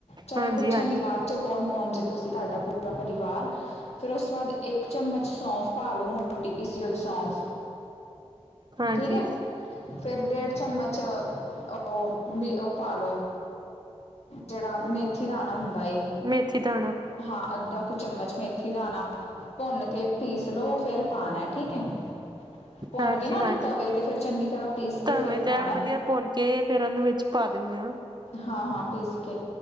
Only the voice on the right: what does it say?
ਹਾਂਜੀ
ਹਾਂਜੀ
ਹਾਂਜੀ
ਮੇਥੀ ਦਾਣਾ।
ਹਾਂਜੀ
ਹਾਂਜੀ
ਧਵੇਂ
ਤੇ
ਐਨ ਵਧੀਆ ਭੁੰਨ ਕੇ ਫੇਰ ਉਹਨੂੰ ਵਿੱਚ ਪਾ ਦਿੰਦੇ ਹਾਂ